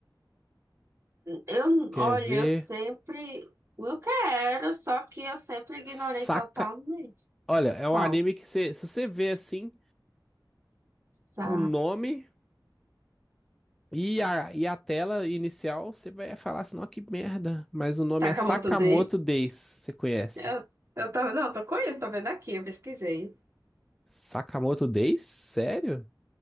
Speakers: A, on the right; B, in the centre.
A: Eu,
B: Quer
A: olha,
B: ver?
A: eu sempre. Eu quero, só que eu sempre ignorei
B: Saca.
A: totalmente.
B: Olha, é
A: Qual?
B: um anime que você, se você vê assim
A: Sa...
B: o nome e a, e a tela inicial, você vai falar assim, não, que merda. Mas o nome
A: Sakamoto
B: é Sakamoto
A: Days?
B: Days. Você conhece?
A: Eu, eu tô, não, tô com isso, tô vendo aqui, eu pesquisei.
B: Sakamoto Days? Sério?